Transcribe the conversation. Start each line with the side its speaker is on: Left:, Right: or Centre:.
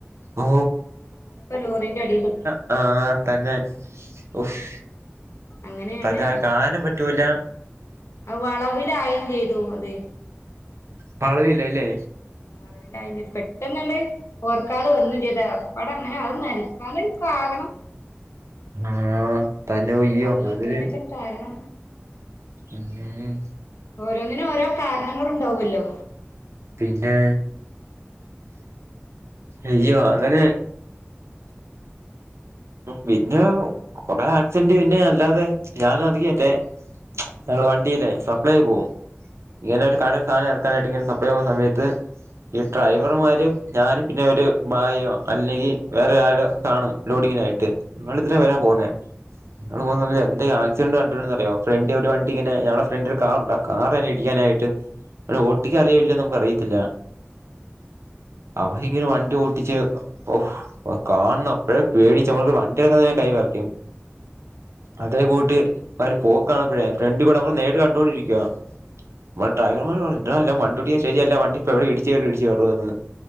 Right: ഓ
Left: <unintelligible> പ്പ ലോറിന്റെ അടീപെട്ടു
Right: ആ ആ തന്നെ ഉഫ്
Left: അങ്ങനെയാണ്
Right: അത കാണാനും പറ്റൂല്ല.
Left: ആ വളവിലായേം ചെയ്തു അത്
Right: വളവിലല്ലേ?
Left: വളവിലായ്ഞ് പെട്ടന്നാണ്ട് ഓർക്കാതെ വന്നും ചെയ്തു അക്കപ്പാട അങ്ങനെ അവൻ മരിക്കാനൊരു കാരണം.
Right: ആ തനു യ്യും
Left: സംഭവിക്കാനൊക്കെ
Right: അതൊര്
Left: ഒരു കാരണം
Right: ഉം
Left: ഓരോന്നിനു ഓരോ കാരണങ്ങളുണ്ടാവല്ലോ?
Right: പിന്നെ അയ്യോ അങ്ങനെ പിന്നെ കൊറേ ആക്സിഡന്റ് പിന്നെ അല്ലാതെ ഞാന അത്ങ്ങറ്റെ ങ്ങള വണ്ടില്ലേ സപ്ലൈ പോവും. ഇങ്ങനൊരു കടെല് സാനം എറക്കാനായിട്ട് ഇങ്ങനെ സപ്ലെ പോകുന്ന സമയത്ത്. ഈ ഡ്രൈവർമാരും ഞാനും പിന്നെ ഒരു ഭായിയോ അല്ലെങ്കിൽ വേറെ ആരോ കാണും ലോഡിങ്ങിനായി ട്ട് ങ്ങമ്മള് ഇതിരെ മേലാ പോവുന്നെ ഞങ്ങള് പോകുന്ന സമയത്ത് എന്തേ ആക്സിഡന്റ് കണ്ടിട്ടുണ്ടന്നറിയോ? ഫ്രണ്ടി ഒരു വണ്ടിങ്ങനെ ഞങ്ങള ഫ്രണ്ട് ഒരു കാറുണ്ട ആ കാറന്നെ ഇടിക്കാനായിട്ട് ഓട്ടിക്ക അറിയല്ലന്ന് നമുക്ക് അറിയത്തില്ല അവ ഇങ്ങനെ വണ്ടി ഓട്ടിച്ച് ഓഹ് ഓ കാൺണ അപ്പഴ പേടി ടിച്ചു മ്മള് വണ്ടി അങ്ങനെ കൈ വെറക്കും. അതേ കൂട്ട് അവര് പോക്കണപ്പോഴേ ഫ്രണ്ട് കൂടെ നമ്മള് നേരിട്ട കണ്ടൊണ്ടിരിക്കുവാ നമ്മുടെ ഡ്രൈവർമാര് പറഞ്ഞു ടാവണ്ടിട്ടിഓട്ടിക്കുന്ന ശരിയല്ല വണ്ടിപ്പോ എവിടെ ഇടിച്ച് കേറും എന്ന്